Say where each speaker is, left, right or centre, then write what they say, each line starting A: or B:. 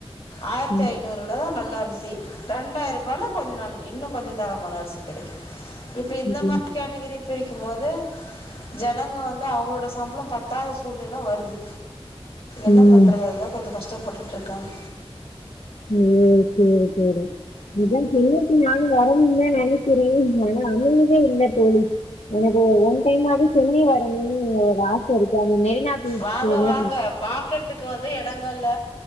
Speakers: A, on the left; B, on the left.
A: ஆ யிரத்தி
B: ம்
A: ஐநூறுலதா நல்ல அரிசி ரெண்டாயி ரூபாலா கொஞ்ச நாள் இன்னு கொஞ்சோ தரமான அரிசி கெடைக்கு இப்ப இந்த
B: ம் ம்
A: மாதிரி கேட்டகிரி பிரிக்கும் போது ஜனங்க வந்து அவங்களோட சம்பளோ பத்தாத சூழ்நிலை வருது என்ன
B: ம்
A: பண்றது அதுதா கொஞ்சோ கஷ்டப்பட்டுட்டு இருக்கங்க
B: ம் சேரி சேரி அதா ச க்கிங்லான்னு வரணுன்தா நெனைக்கிறே ஆனா அமையவே இல்ல தோழி எனக்கு ஒன் டைமாது சென்னை வரணன்னு ஒரு ஆசை இருக்கு அந்த மெரினா பீச்
A: வாங்க
B: எதோ
A: வாங்க பாக்க த்துக்கு வந்து எடங்கள்ள